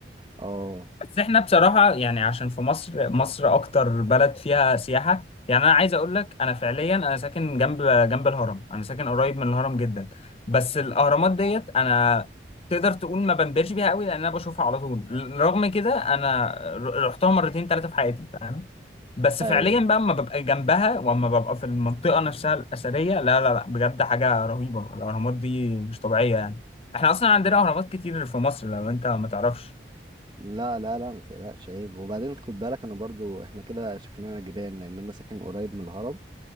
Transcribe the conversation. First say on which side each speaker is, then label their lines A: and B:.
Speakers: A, on the right; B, on the left.
A: اه
B: بس احنا بصراحة يعني عشان في مصر مصر أكتر بلد فيها سياحة يعني أنا عايز أقول لك أنا فعليا أنا ساكن جنب جنب الهرم أنا ساكن قريب من الهرم جدا بس الأهرامات ديت أنا تقدر تقول ما بنبهرش بيها قوي لأن أنا بشوفها على طول رغم كده أنا ر- رحتها مرتين ثلاثة في حياتي فاهم بس
A: ايوه
B: فعليا بقى لما ببقى جنبها وأما ببقى في المنطقة نفسها الأثرية لا لا لا بجد حاجة رهيبة الأهرامات دي مش طبيعية يعني احنا أصلا عندنا أهرامات كتير في مصر لو أنت ما تعرفش
A: لا لا لا ما تقلقش عيب وبعدين خد بالك انا برضو احنا كده شكلنا جيران لان انا ساكن قريب من الهرم